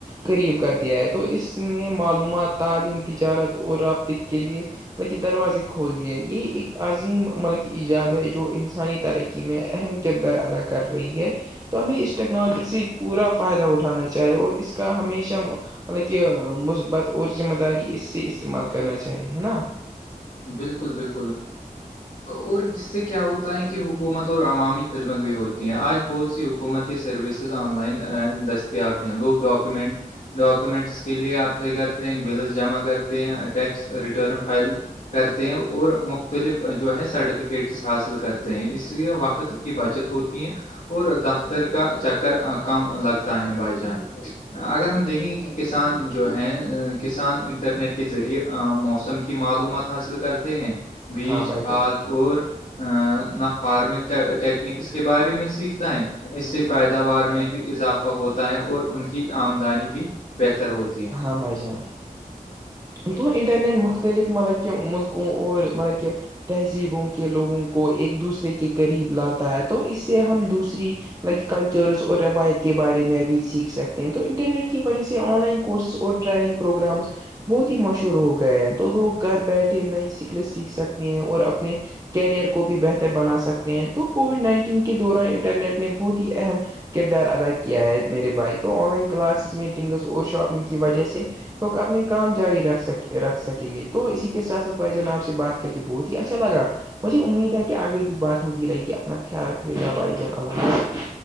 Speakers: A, on the right; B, on the left.
A: قریب کر دیا ہے تو اس نے معلومات تعلیم تجارت اور رابطے کے لیے مطلب کہ دروازے کھول دیے یہ ایک عظیم مطلب کہ ایجاد ہے جو انسانی ترقی میں اہم کردار ادا کر رہی ہے تو ہمیں اس ٹیکنالوجی سے پورا فائدہ اٹھانا چاہیے اور اس کا ہمیشہ مطلب کہ مثبت اور ذمہ داری اس سے استعمال کرنا چاہیے ہے نا
B: بالکل بالکل اور ج سے کیا ہوتا ہے کہ حکومت اور عوامی خدمت بھی ہوتی آج بوز یہ حکومتی سروسز آن لائن دستیاب ہیں لوگ ڈاکومنٹ ڈاکومنٹس کے لیے اپلائی کرتے ہیں بلز جمع کرتے ہیں ٹیکس ریٹرن فائل کرتے ہیں اور مختلف جو ہے سرٹیفکیٹس حاصل کرتے ہیں اس لیے وقت کی بچت ہوتی ہے اور دفتر کا چکر کم لگتا ہے بھائی جان اگر ہم دیکھیں گے کہ کسان جو ہیں کسان انٹرنیٹ کے ذریعے موسم کی معلومات حاصل کرتے ہیں بیج
A: ہاں بھائی
B: کھاد
A: جان
B: اور نہ فارمنگ ٹیکنیک اس کے بارے میں سیکھتا ہے اس سے پیداوار میں بھی اضافہ ہوتا ہے اور ان کی آمدنی بھی بہتر ہوتی ہے
A: ہاں بھائی جان تو انٹرنیٹ مختلف مطلب کہکہ ملکوں اور مطلب کہہ تہذیبوں کے لوگوں کو ایک دوسرے کے قریب لاتا ہے تو اس سے ہم دوسری کلچرس اور روایت کے بارے میں بھی سیکھ سکتے ہیں تو انٹرنیٹ کی وجہ سے آن لائن کورسز اور ریننگ پروگرامز بہت ہی مشہور ہو گئے ہیں تو لوگ گھر بیٹھے نئی سکلیں سیکھ سکتے ہیں اور اپنے کیریئر کو بھی بہتر بنا سکتے ہیں تو کووڈ نائنٹین کے دوران انٹرنیٹ نے بہت ہی اہم کردار ادا کیا ہے میرے بھائی تو آن لائن کلاسز میٹنگز اور شاپنگ کی وجہ سے لگ اپنے کام جاری رکھ سک رکھ سکیں گے تو اسی کے ساتھ ساتھ بھائی جوان آپ سے بات کر کے بہت ہی اچھا لگا مجھے امید ہے کہ آگے بھی بات ہوتی رہے گی اپنا خیال رکھے گا بھائی جان اللہ